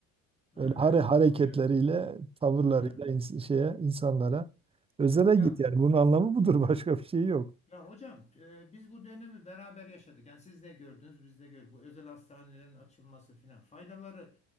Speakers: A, on the left (about 20°); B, on the right (about 15°).
A: Ha,
B: Öyle hare
A: evet
B: hareketleriyle,
A: doğru ya.
B: tavırlarıyla
A: Ha.
B: ins- şeye insanlara özele
A: Ya
B: git yani.
A: bu
B: Bunun anlamı budur. <laughs> Başka bir şey yok.
A: ya hocam e, biz bu dönemi beraber yaşadık. Yani siz de gördünüz, biz de gördük. Bu özel hastanelerin açılması filan faydaları